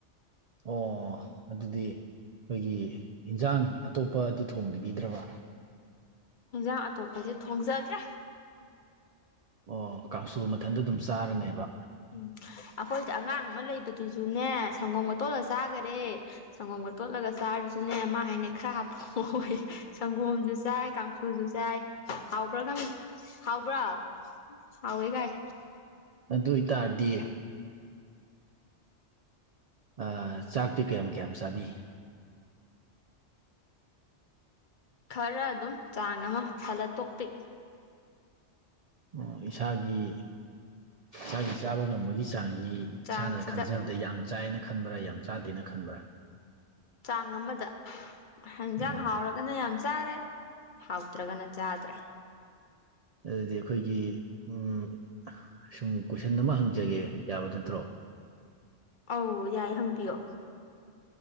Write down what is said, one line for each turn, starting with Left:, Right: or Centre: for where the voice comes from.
Right: ꯑꯣ ꯑꯗꯨꯗꯤ ꯑꯩꯈꯣꯏꯒꯤ ꯏꯟꯖꯥꯡ ꯑꯇꯣꯞꯄꯗꯤ ꯊꯣꯡꯕꯤꯗ꯭ꯔꯕ
Left: ꯏꯟꯖꯥꯡ ꯑꯇꯣꯞꯄꯖꯦ ꯊꯣꯡꯖꯗ꯭ꯔꯦ
Right: ꯑꯣ ꯀꯥꯡꯁꯨ ꯃꯊꯟꯗ ꯑꯗꯨꯝ ꯆꯥꯔꯅꯦꯕ
Left: ꯎꯝ ꯑꯈꯣꯏꯗꯤ ꯑꯉꯥꯡ ꯑꯃ ꯂꯩꯕꯗꯨꯁꯨꯅꯦ ꯁꯪꯒꯣꯝꯒ ꯇꯣꯠꯂ ꯆꯥꯒꯔꯦ ꯁꯪꯒꯣꯝꯒ ꯇꯣꯠꯂꯒ ꯆꯥꯔꯁꯨꯅꯦ ꯃꯥ ꯍꯥꯏꯅ ꯈꯔ ꯍꯥꯞꯄꯛꯑꯣꯌꯦ ꯁꯪꯒꯣꯝꯖꯨ ꯆꯥꯏ ꯀꯥꯡ ꯖꯨ ꯆꯥꯏ ꯍꯥꯎꯕ꯭ꯔꯥ ꯈꯪꯗꯦ ꯍꯥꯎꯕ꯭ꯔꯣ ꯍꯥꯎꯋꯦ ꯀꯥꯏ
Right: ꯑꯗꯨꯑꯣꯏ ꯇꯥꯔꯗꯤ ꯑ ꯆꯥꯛꯇꯤ ꯀꯌꯥꯝ ꯀꯌꯥꯝ ꯆꯥꯕꯤ
Left: ꯈꯔ ꯑꯗꯨꯝ ꯆꯥꯡ ꯑꯃ ꯊꯜꯂ ꯇꯣꯛꯄꯤ
Right: ꯑꯣ ꯏꯁꯥꯒꯤ ꯏꯁꯥꯒꯤ ꯆꯥꯕ ꯉꯝꯕꯒꯤ ꯆꯥꯡꯖꯤ
Left: ꯆꯥꯡꯁꯤꯗ
Right: ꯏꯁꯥꯅ ꯈꯟꯖꯕ ꯑꯗ ꯌꯥꯝ ꯆꯥꯏꯅ ꯈꯟꯕ꯭ꯔꯥ ꯌꯥꯝ ꯆꯥꯗꯦꯅ ꯈꯟꯕ꯭ꯔꯥ
Left: ꯆꯥꯡ ꯑꯃꯗ ꯍꯦꯟꯖꯥꯡ
Right: ꯎꯝ
Left: ꯍꯥꯎꯔꯒꯅ ꯌꯥꯝ ꯆꯥꯔꯦ ꯍꯥꯎꯇ꯭ꯔꯒꯅ ꯆꯥꯗ꯭ꯔꯦ
Right: ꯑꯗꯨꯗꯤ ꯑꯩꯈꯣꯏꯒꯤ ꯎꯝ ꯁꯨꯝ ꯀꯣꯏꯁꯟ ꯑꯃ ꯍꯪꯖꯒꯦ ꯌꯥꯕ ꯅꯠꯇ꯭ꯔꯣ
Left: ꯑꯧ ꯌꯥꯏ ꯍꯪꯕꯤꯌꯣ